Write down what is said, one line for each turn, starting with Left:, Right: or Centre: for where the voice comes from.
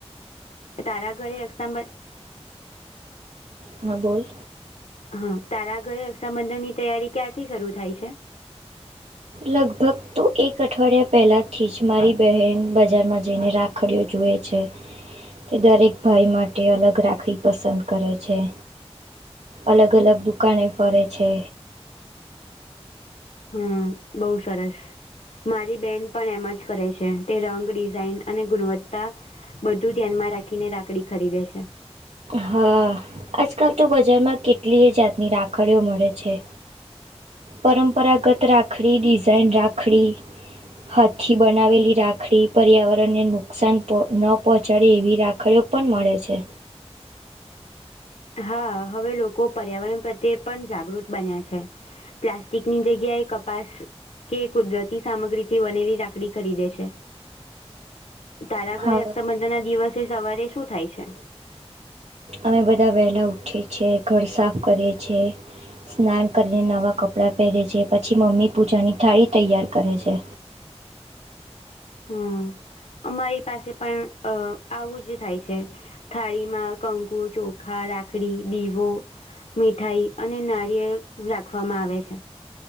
Left: તારા ઘરે રક્ષાબંધન,
Right: હા બોલ,
Left: હા તારા ઘરે રક્ષાબંધનની તૈયારી ક્યાંથી શરૂ થાય છે,
Right: લગભગ તો એક અઠવાડિયા પહેલાંથી જ મારી બહેન બજારમાં જઈને રાખડી, ખરીઓ જુએ છે. તે દરેક ભાઈ માટે અલગ રાખવી પસંદ કરે છે. અલગ અલગ દુકાને ફરે છે.
Left: હમ બહુ સરસ, મારી બેન પણ એમ જ કરે છે, તે રંગ ડિઝાઇન અને ગુણવત્તા બધું ધ્યાનમાં રાખીને રાખડી ખરીદે છે.
Right: હા આજકાલ તો બજારમાં કેટલી જાતની રાખડીઓ મળે છે, પરંપરાગત રાખડી ડિઝાઇન રાખડી હાથી બનાવેલી રાખડી પર્યાવરણને નુકસાન ન પહોંચાડે એવી રાખડીઓ પણ મળે છે,
Left: હા હવે લોકો પર્યાવરણ પ્રત્યે પણ જાગૃત બન્યા છે, પ્લાસ્ટિકની જગ્યાએ કપાસ કે કુદરતી સામગ્રી થી બનેલી રાખડી ખરીદે છે, તારા
Right: હા
Left: ઘરે રક્ષાબંધન ના દિવસે સવારે શું થાય છે,
Right: અમે બધા વહેલા ઉઠીએ છીએ, ઘર સાફ કરીએ છીએ, સ્નાન કરીને નવાં કપડાં પહેરે છે, પછી મમ્મી પૂજાની થાળી તૈયાર કરે છે.
Left: હુ અમારી પાસે પણ અ આવું જ થાય છે. થાળીમાં કંકુ ચોખા રાખડી દીવો, મીઠાઈ અને નારિયેળ રાખવામાં આવે છે.